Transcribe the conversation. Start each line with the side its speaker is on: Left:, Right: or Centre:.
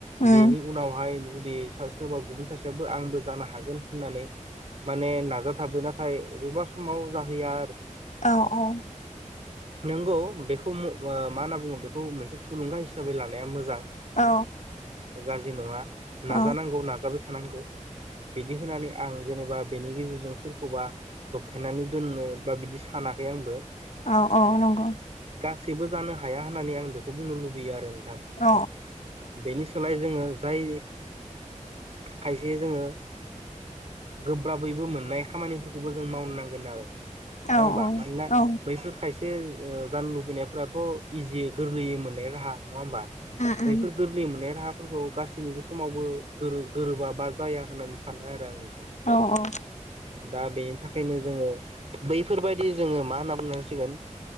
Left: उम
Right: बेनि उनावहाय जुदि सोरबा गुबुन सासेयाबो आंबो जानो हागोन होननानै माने नाजाथाबो नाथाय अबेबा समाव जाहैया
Left: औ औ
Right: नोंंगौ बेखौ मा होनना बुङो बेखौ मोनसे थुलुंगा हिसाबै लानाया मोजां
Left: औ।
Right: गाज्रि नङा
Left: औ
Right: नाजानांगौ नाजाबाय थांनांगौ बिदि होनानै आं जेनेबा बेनि गेजेरजों सोरखौबा दबथायनानै दोननो बा बिदि सानाखै आंबो
Left: औ औ नंगौ।
Right: गासिबो जानो हाया होननानै आं बेखौ बुंनो लुबैयो आरो नोंथां
Left: औ
Right: बेनि सोलाय जोङो जाय खायसे जोङो गोब्राबैबो मोननाय खामानिफोरखौबो जों मावनो नांगोन आरो
Left: औ
Right: नङाहोमबा मानोना
Left: औ
Right: बैफोर खायसे खायसे जानो लुबैनायफोराथ' इजि गोरलैयै मोननाय राहा नङा होमबा?
Left: उम उम
Right: बैफोर गोरलै मोननाय राहा फोरखौ गासैनिबो समावबो गोरोबा बा जाया होननानै सानो आरो नोंथां आं।
Left: औ औ।
Right: दा बेनि थाखायनो जोङो बैफोरबायदि जोङो मा होनना बुंनांसिगोन